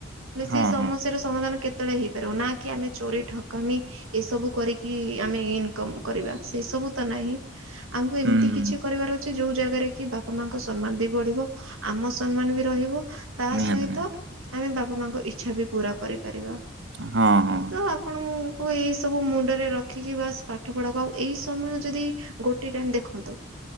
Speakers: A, on the right; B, on the right.
A: ହେଲେ ସେଇ
B: ହଁ
A: ସମସ୍ୟାର
B: ହଁ
A: ସମାଧାନ କେତେବେଳେ ହେଇପାରିବ ନା କି ଆମେ ଚୋରି ଠକାମି ଏସବୁ କରିକି ଆମେ ଇନ୍ କମ୍ କରିବା ସେ ସବୁ ତ ନାହିଁ। ଆମକୁ ଏମିତି
B: ହୁଁ ହୁଁ,
A: କିଛି କରିବାର ଅଛି ଯୋଉ ଜାଗାରେ କି ବାପ ପ ମାଙ୍କ ସମ୍ମାନ ବି ବଢିବ ଆମ ସମ୍ମାନ ବି ରହିବ। ତା
B: ନିହାତି
A: ସହିତ
B: ନିହାତି
A: ଆମେ ବାପା, ମାଙ୍କ ଇଛା ବି ପୁରା କରିପାରିବା।
B: ହଁ ହଁ।
A: ତ ଆପଣଙ୍କୁ ଏଇସବୁ ମୁଣ୍ଡରେ ରଖିକି ବାସ୍ ପାଠ ପଢ଼ାକୁ ଆଉ ଏଇ ସମୟ ଯଦି ଗୋଟେ ଟାଇମ ଦେଖନ୍ତୁ